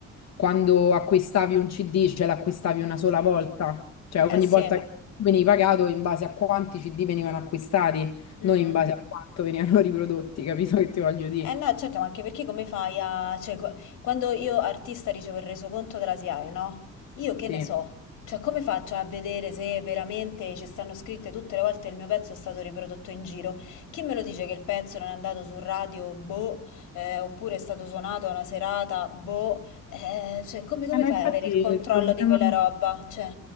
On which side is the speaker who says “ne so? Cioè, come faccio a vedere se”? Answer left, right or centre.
Left